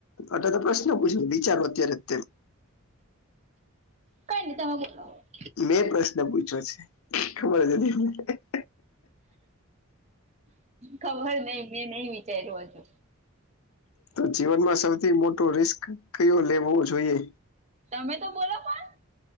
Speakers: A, on the left; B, on the right.
A: અને તો પ્રશ્ન વિચારવા અત્યારે અત્યારે તેમ.
B: કરી દઉં મૂકો <unintelligible>
A: મેં પ્રશ્ન પૂછ્યો છે, ખબર <unintelligible>
B: ખબર નઈ મેં નહી વિચાર્યું હજુ.
A: તો જીવનમાં સૌથી મોટો રિસ્ક કયો લેવો જોઈએ.
B: તમે તો બોલો પણ.